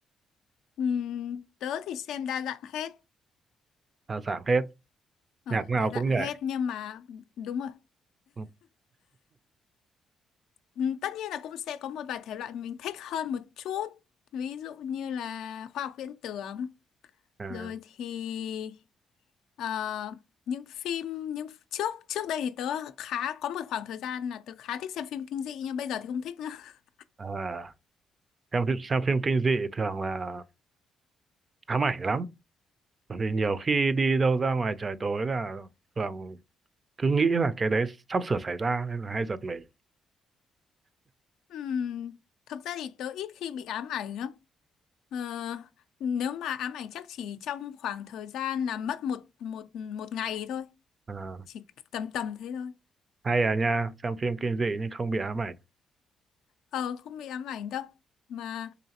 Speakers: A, on the left; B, on the right.
A: ừm, tớ thì xem đa dạng hết
B: là dạng hết,
A: ờ
B: nhạc nào
A: đa dạng
B: cũng
A: hết
B: nhảy.
A: nhưng mà đúng rồi
B: Ừ.
A: Ừ, tất nhiên là cũng sẽ có một vài thể loại mình thích hơn một chút ví dụ như là khoa học viễn tưởng
B: À,
A: rồi thì ờ, những phim những trước trước đây thì tớ khá có một khoảng thời gian là tớ khá thích xem phim kinh dị nhưng bây giờ thì không thích nữa <laughs>
B: à, xem phim- xem phim kinh dị thường là ám ảnh lắm. bởi vì nhiều khi đi đâu ra ngoài trời tối là thường cứ nghĩ là cái đấy sắp sửa xảy ra nên là hay giật mình
A: Ừm, thực ra thì tớ ít khi bị ám ảnh lắm Ờ, nếu mà ám ảnh chắc chỉ trong khoảng thời gian là mất một một một ngày thôi
B: à,
A: chỉ tầm tầm thế thôi
B: hay à nha xem phim kinh dị nhưng không bị ám ảnh
A: ờ không bị ám ảnh đâu mà